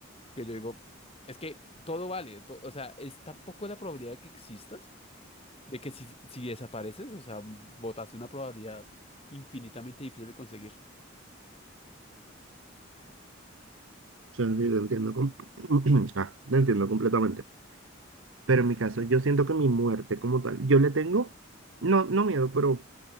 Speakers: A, on the left (about 30°); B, on the right (about 75°).
A: que yo digo, es que todo vale, to- o sea, es tan poco la probabilidad de que existas de que si, si desapareces, o sea, botaste una probabilidad infinitamente difícil de conseguir.
B: sí, lo entiendo, com- <clears throat> Ah, lo entiendo completamente. Pero en mi caso, yo siento que mi muerte como tal, yo le tengo, no, no miedo, pero